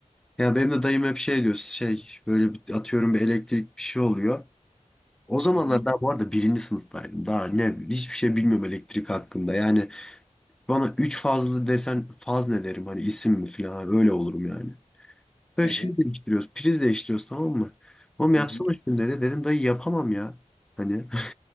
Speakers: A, in the centre; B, on the left.
A: Ya benim de dayım hep şey diyor. Şey böyle bir- atıyorum bir elektrik bir şey oluyor. O zamanlar
B: Hı hı.
A: daha bu arada birinci sınıftaydım. Daha ne hiçbir şey bilmiyorum elektrik hakkında. Yani bana üç fazlı desen faz ne derim hani isim mi falan hani öyle olurum yani. Böyle
B: Evet.
A: şey değiştiriyoruz. Priz değiştiriyoruz tamam mı? Oğlum yapsana
B: Hı hı.
A: şunu dedi. Dedim dayı yapamam ya. Hani. <laughs>